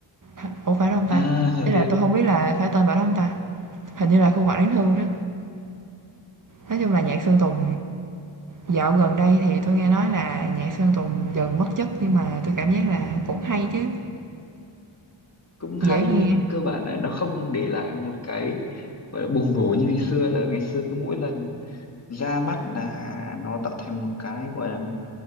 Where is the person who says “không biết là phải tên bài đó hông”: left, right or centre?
Right